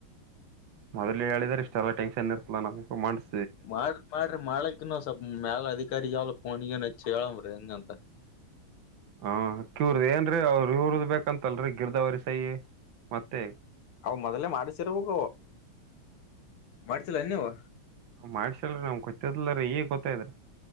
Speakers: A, on the right; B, on the left.
A: ಮೊದ್ಲೆ ಹೇಳಿದ್ರ ಇಷ್ಟ ಎಲ್ಲಾ ಟೆನ್ಷನ್ ಇರ್ತಲ ನಮಸ
B: ಮಾಡ್ರಿ ಮಾಡ್ರಿ ಮಾಡಲ್ಲಿಕನ ಸ್ವಲ್ ಮ್ಯಾಲ ಅಧಿಕಾರಿ ಹೇಳಬೇಕ ಅವನಿಗನ ಹಚ್ಚಿ ಹೇಳಂಬ್ರಿ ಹೆಂಗ್ ಅಂತ
A: ಹಾ ಕ್ಯೂರ್ ಏನ್ರೀ ಅವ್ರರು ಇವರದ್ ಬೇಕಂತಲ್ರರಿ ಗಿರ್ಧಾವರಿ ಸೈ ಮತ್ತೆ
B: ಅವು ಮೊದ್ಲೇ ಮಾಡಿಸಿರಬೇಕ ಅವು ಮಾಡಿಸಿಲ್ಲನ ನೀವು
A: ಮಾಡ್ಸಿಲರಿ ನಮಗ ಗೊತ್ತಿರಲಿಲ್ಲರೀ ಈಗ್ ಗೊತ್ತಾಗದರೀ